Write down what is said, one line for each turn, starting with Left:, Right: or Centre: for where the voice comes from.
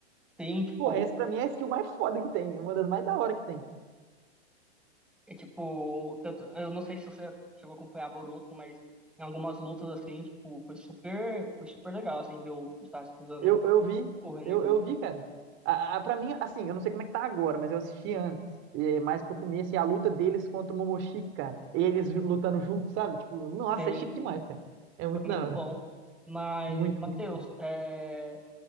Centre: Tem, tipo,
Right: Porra, essa pra mim é a skill mais foda que tem, uma das mais da hora que tem.
Centre: é tipo, tanto, eu não sei se você chegou a acompanhar Boruto, mas em algumas lutas, assim, tipo, foi super, foi super legal, assim, ver o o Sasuke usando
Right: Eu, eu vi,
Centre: o Renegan.
Right: eu, eu vi, cara. A, a, pra mim, assim, eu não sei como é que tá agora, mas eu assisti antes, é, mais pro começo, e a luta deles contra o Momoshiki, cara. Eles lutando juntos, sabe? Tipo, nossa,
Centre: Sim,
Right: é chique demais, cara. É muito
Centre: foi muito
Right: da hora.
Centre: bom. Mas,
Right: Muito,
Centre: Matheus,
Right: muito bom.
Centre: é,